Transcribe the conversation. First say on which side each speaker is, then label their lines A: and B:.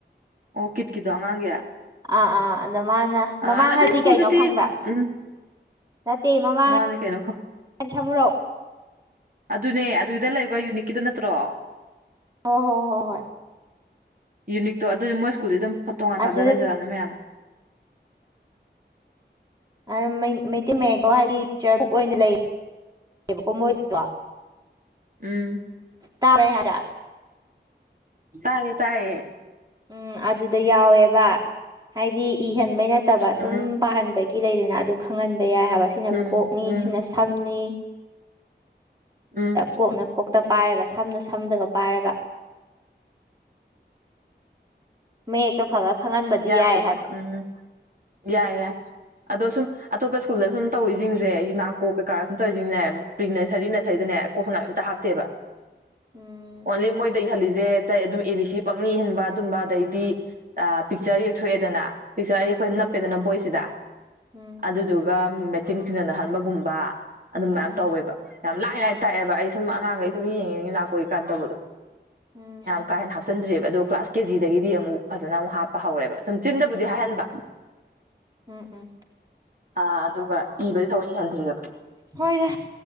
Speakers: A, on the right; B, on the right.
A: ꯑꯣ ꯀꯤꯠꯀꯤꯗꯣ ꯑꯉꯥꯡꯒꯤ
B: ꯑꯥ ꯑꯥ ꯑꯗ ꯃꯥꯅ
A: ꯑꯥ
B: ꯃꯃꯥꯡꯉꯗꯤ
A: ꯑꯗꯨ ꯁ꯭ꯀꯨꯜꯗꯨꯗꯤ
B: ꯀꯩꯅꯣ ꯈꯪꯕ꯭ꯔꯥ
A: ꯎꯝ
B: ꯅꯠꯇꯦ ꯃꯃ
A: ꯃꯃꯥꯡꯗ ꯀꯩꯅꯣ ꯈꯪ
B: ꯅꯤ ꯁꯃꯨꯔꯣ
A: ꯑꯗꯨꯅꯦ ꯑꯗꯨꯒꯤꯗ ꯂꯩꯕ ꯌꯨꯅꯤꯛꯀꯤꯗꯨ ꯅꯠꯇ꯭ꯔꯣ
B: ꯍ ꯍꯣ ꯍꯣ ꯍꯣꯏ
A: ꯌꯨꯅꯤꯛꯇꯣ ꯑꯗꯨꯗꯤ ꯃꯣꯏ ꯁ꯭ꯀꯨꯜꯗꯤ ꯑꯗꯨꯝ ꯐꯣ ꯇꯣ ꯉ
B: ꯑꯗꯨꯗ
A: ꯇꯥꯖ ꯂꯩꯖꯔꯅꯤ ꯃꯌꯥꯝꯁꯦ
B: ꯑ ꯃ ꯃꯩꯇꯩ ꯃꯌꯦꯛꯗꯣ ꯍꯥꯏꯗꯤ ꯄꯤꯛꯆꯔ ꯕꯨꯛ ꯑꯣꯏꯅ ꯂꯩꯕꯀꯣ ꯃꯣꯏꯁꯤꯗꯣ
A: ꯎꯝ
B: ꯇꯥꯔꯦ ꯍꯖꯥ
A: ꯇꯥꯏꯌꯦꯌꯦ ꯇꯥꯏꯌꯦ
B: ꯎꯝ ꯑꯗꯨꯗ ꯌꯥꯎꯋꯦꯕ ꯍꯥꯏꯗꯤ ꯏꯍꯟꯕꯩ ꯅꯠꯇꯕ
A: ꯎꯝ
B: ꯁꯨꯝ ꯄꯥꯍꯟꯕꯒꯤ ꯂꯩꯗꯅ ꯑꯗꯨ ꯈꯪꯍꯟꯕ ꯌꯥꯏ ꯍꯥꯏꯕ ꯁꯤꯅ
A: ꯎꯝ
B: ꯀꯣꯛꯅꯤ
A: ꯎꯝ
B: ꯁꯤꯅ ꯁꯝ <inaudible>
A: ꯎꯝ
B: ꯀꯣꯛꯅ ꯀꯣꯛꯇ ꯄꯥꯏꯔꯒ ꯁꯝꯅ ꯁꯝꯗꯒ ꯄꯥꯏꯔꯒ ꯃꯌꯦꯛꯇꯣ ꯈꯔ ꯈꯔ ꯈꯪꯍꯟꯕꯗꯤ
A: ꯌꯥꯑꯦꯕ
B: ꯌꯥꯏ ꯍꯥꯏꯕ
A: ꯎꯝ ꯌꯥꯏꯦ ꯌꯥꯏ ꯑꯗꯣ ꯁꯨꯝ ꯑꯇꯣꯞꯄ ꯁ꯭ꯀꯨꯜꯗ ꯁ ꯇꯧꯔꯤꯁꯤꯡꯁꯦ ꯌꯨꯅꯥꯛꯀꯣꯛ ꯀꯩꯀꯥ ꯁꯨꯝ ꯇꯧꯔꯤꯁꯤꯡꯅꯦ ꯄ꯭ꯔꯤ ꯅꯔꯁꯔꯤ ꯅꯁꯔꯤꯗꯅꯦ ꯀꯣꯛ ꯑ ꯍꯥꯞꯇꯦꯕ
B: ꯎꯝ
A: ꯑꯣꯟꯂꯤ ꯃꯣꯏꯗ ꯏꯍꯜꯂꯤꯁꯦ ꯆꯩ ꯑꯗꯨꯝ ꯑꯦ ꯕꯤ ꯁꯤ ꯄꯪꯅꯤ ꯏꯍꯟꯕ ꯑꯗꯨꯝꯕ ꯑꯗꯩꯗꯤ ꯄꯤꯛꯆꯔ ꯌꯦꯛꯊꯣꯛꯑꯦꯗꯅ ꯄꯤꯛꯆꯔ ꯌꯦꯛꯄꯗꯅ
B: ꯎꯝ
A: ꯅꯞꯄꯦꯗꯅ ꯕꯣꯏꯁꯤꯗ
B: ꯎꯝ
A: ꯑꯗꯨꯗꯨꯒ ꯃꯦꯆꯤꯟ ꯆꯤꯖꯟꯅꯍꯟꯕꯒꯨꯝꯕ ꯑꯗꯨꯝ ꯃꯌꯥꯝ
B: ꯎꯝ
A: ꯇꯧꯋꯦꯕ ꯌꯥꯝ ꯂꯥꯏ ꯂꯥꯏꯅ ꯇꯥꯛꯑꯦꯕ ꯑꯩ ꯁꯨꯝ ꯑꯉꯥꯡꯈꯩ ꯁꯨꯝ ꯌꯦꯡꯉꯤ ꯂꯥꯛꯀꯣꯏꯀꯥꯟꯅ ꯇꯧꯕꯗꯣ
B: ꯎꯝ
A: ꯌꯥꯝ ꯀꯥ ꯍꯦꯟꯅ ꯍꯥꯞꯆꯤꯟꯗ꯭ꯔꯦꯕ ꯑꯣ ꯀ꯭ꯂꯥꯁ ꯀꯦꯖꯤꯗ ꯗꯒꯤꯗꯤ ꯑꯃꯨꯛ ꯐꯖꯅ ꯑꯃꯨꯛ ꯍꯥꯞꯄ ꯍꯧꯔꯦꯕ ꯁꯨꯝ ꯆꯤꯟꯗꯕꯨꯗꯤ ꯍꯥꯏꯍꯟꯕ
B: ꯎꯝ ꯎꯝ
A: ꯑꯥ ꯑꯗꯨꯒ ꯏꯕꯗꯤ ꯊꯑꯣꯅꯤꯍꯟꯗ꯭ꯔꯤ
B: ꯍꯣꯏꯅꯦ